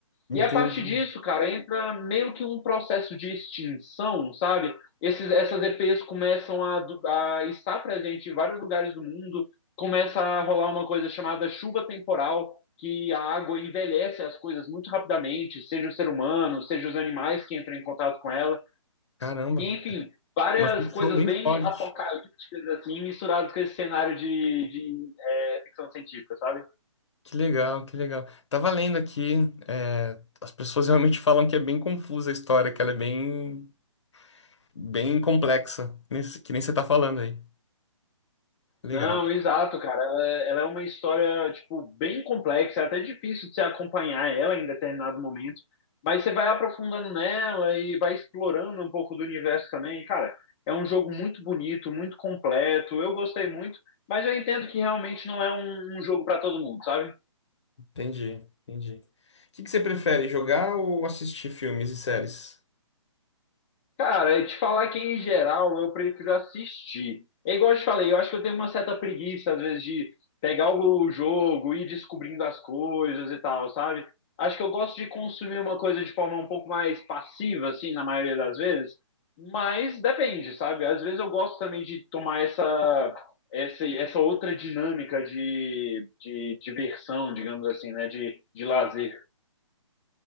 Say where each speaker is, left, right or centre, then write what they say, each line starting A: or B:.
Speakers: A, on the left (about 60°); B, on the left (about 20°).
A: Entendi.
B: E a partir disso, cara, entra meio que um processo de extinção, sabe? Esses, essas EPs começam a, du- a estar presente em vários lugares do mundo, começa a rolar uma coisa chamada chuva temporal, que a água envelhece as coisas muito rapidamente, seja o ser humano, seja os animais que entram em contato com ela,
A: Caramba,
B: e enfim, várias
A: uma ficção
B: coisas
A: bem
B: bem
A: forte.
B: apocalípticas, assim, misturadas com esse cenário de, de, é, ficção científica, sabe?
A: Que legal, que legal. Tava lendo aqui, é, as pessoas realmente falam que é bem confusa a história, que ela é bem, bem complexa, nesse- que nem você tá falando aí. Legal.
B: Não, exato, cara. Ela, ela é uma história, tipo, bem complexa, é até difícil de se acompanhar ela em determinado momento, mas você vai aprofundando nela e vai explorando um pouco do universo também. Cara, é um jogo muito bonito, muito completo. Eu gostei muito, mas eu entendo que realmente não é um, um jogo para todo mundo, sabe?
A: Entendi, entendi. O que que você prefere, jogar ou assistir filmes e séries?
B: Cara, eu te falar que em geral eu prefiro assistir. É igual eu te falei, eu acho que eu tenho uma certa preguiça às vezes de pegar o jogo e ir descobrindo as coisas e tal, sabe? Acho que eu gosto de consumir uma coisa de forma um pouco mais passiva, assim, na maioria das vezes. Mas depende, sabe? Às vezes eu gosto também de tomar essa, essa, essa outra dinâmica de, de diversão, digamos assim, né? De, de lazer.